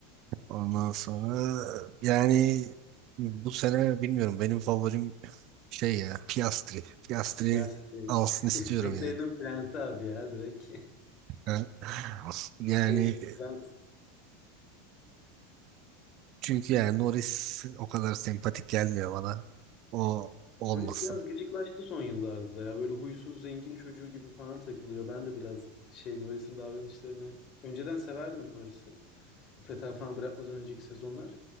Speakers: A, on the right; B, on the left.
A: Ondan sonra yani bu sene bilmiyorum benim favorim Şey ya Piastri. Piastri
B: Ya şey,
A: alsın
B: <laughs>
A: istiyorum
B: Bebeklerinin
A: yani.
B: prensi abi ya direkt.
A: Ha? <laughs> Yani
B: <laughs> Genç prens.
A: çünkü yani Norris o kadar sempatik gelmiyor bana. O olmasın.
B: Polis biraz gıcıklaştı son yıllarda ya. Böyle huysuz zengin çocuğu gibi falan takılıyor. Ben de biraz şey Norris'in davranışlarını önceden severdim Norris'i. Bu Fetal falan bırakmadan önceki sezonlar.